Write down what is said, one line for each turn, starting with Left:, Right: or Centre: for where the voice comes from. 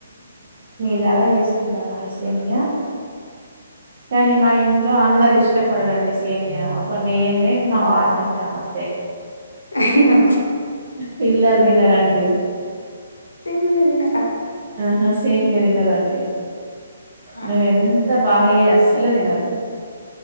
Right: ఎలా చేసుకుంటాం అండి సేమ్య కానీ
Left: మ్మ్.
Right: మా ఇంట్లో అందరు ఇష్టపడరండి సే సేమ్యా ఒక నేనే మా వారు తింటాం అంతే
Left: అయ్యయ్యో
Right: పిల్లల్ తినరండి
Left: సేమియా తినరా
Right: ఆ సేమ్ మీరు తిన్నరండి
Left: ఆ,
Right: నువ్వు ఎంత బాగా చేయ అస్సలే తినరు